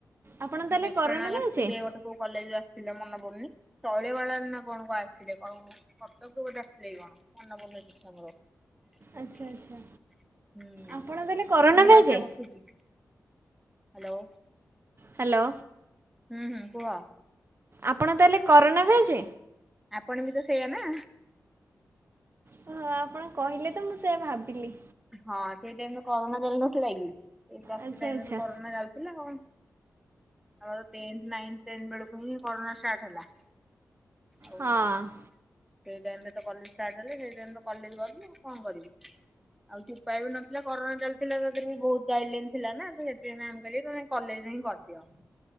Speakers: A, on the right; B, in the centre.
A: ଆପଣ ତାହେଲେ
B: ଏକ୍ସଟର୍ନାଲ
A: କରୋନା ବ୍ୟାଚ୍?
B: ଆସିଥିଲେ ଗୋଟେ କୋଉ କଲେଜରୁ ଆସିଥିଲେ ମନ ପଡୁନି ଶୈଳବାଳା ରେ ନା କଣ କଁ ଆସିଥିଲେ କଣ କର୍ତ୍ତବ୍ୟ ବୋଧେ ଆସିଥିଲେ କି କଣ ମନ ପଡୁନି ଠିକ୍ ସେ ମୋର
A: ଆଚ୍ଛା
B: <unintelligible>
A: ଆଚ୍ଛା।
B: ହୁଁ
A: ଆପଣ ତାହେଲେ କରୋନା
B: ତମ
A: ବ୍ୟାଚ୍?
B: ଭଏସ୍ ଟା କଟୁଚି। Hello
A: hello.
B: ଉଁହୁଁ କୁହ।
A: ଆପଣ ତାହେଲେ କରୋନା ବ୍ୟାଚ୍।
B: ଆପଣ ବି ତ ସେଇଆ ନାଁ।
A: ହଁ ଆପଣ କହିଲେ ତ ମୁଁ ସେୟା ଭାବିଲି।
B: ହଁ ସେଇ ଟାଇମରେ କରୋନା ଚାଲିନଥିଲା କି ସେଇ କ୍ଲାସି
A: ଆଚ୍ଛା
B: ଟାଇମ୍
A: ଆଚ୍ଛା
B: ରେ ତ କରୋନା ଯାଉଥିଲା ଆଉ। ଆମର ଟେନ୍ଥେ ନାଇନ ଟେନ୍‌ ବେଳୁକୁ ହିଁ କରୋନା ଷ୍ଟାର୍ଟ ହେଲା। ଆଉ
A: ହଁ।
B: ସେଇ ଟାଇମ ରେ ତ କଲେଜ ଷ୍ଟାର୍ଟ ହେଲେ ସେଇ ଟାଇମ ତ କଲେଜ ଗଲୁ କଁ କରିବୁ। ଆଉ କିଛି ଉପାୟ ବି ନଥିଲା କରୋନା ଚାଲିଥିଲା ତା ଦେହେରେ ବି ବୋହୁତ ଗାଇଡଲାଇନ ଥିଲା ନା ତ ହେଥି ମ୍ୟାମ୍ କହିଲେ କି ତମେ କଲେଜ ହିଁ କରିଦିଅ।